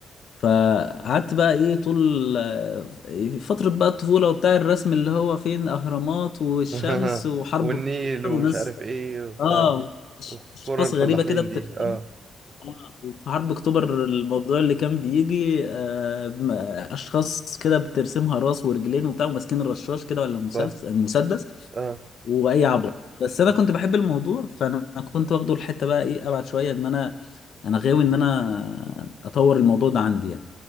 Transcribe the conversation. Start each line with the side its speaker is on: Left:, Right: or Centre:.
Left: فقعدت بقى ايه طول في فترة بقى الطفولة وبتاع الرسم اللي هو فين اهرامات والشمس
Right: <laughs>
Left: وحرب
Right: والنيل
Left: اكتوبر
Right: ومش
Left: وناس
Right: عارف ايه وبتاع
Left: اه
Right: وكرة
Left: اشخاص
Right: الفلاحين
Left: غريبة كده بترسم
Right: دي اه
Left: اه وفي حرب اكتوبر الموضوع اللي كان بيجي آه م- اشخاص كده بترسمها راس ورجلين وبتاع وماسكين الرشاش كده ولا مسلسل
Right: صح
Left: مسدس
Right: اه
Left: واي عبط بس انا
Right: مم.
Left: كنت بحب الموضوع فانا كنت واخده الحتة بقى ايه ابعد شوية ان انا انا غاوي ان انا اطور الموضوع ده عندي يعني